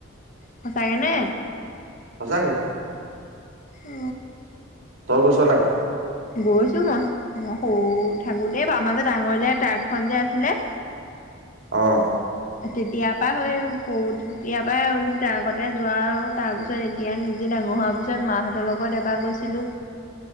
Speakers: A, on the left; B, on the right.
A: সঁচাকে নে
B: সঁচাকে
A: অ
B: তই গৈচ নাই?
A: গৈছো মই সৰু থাকোতেই বাৰ মাজে ডাঙৰ যে ট্ৰাকখনন যে আছিলে।
B: আহ
A: তেতিয়াৰ পৰা স সৰু তেতিয়াৰ পৰাই আৰু আগতে যোৱা আৰু তাৰ পিছত এতিয়া নিজে- ডাঙৰ হোৱাৰ পিছত মাহঁতৰ লগত এবাৰ গৈছিলো।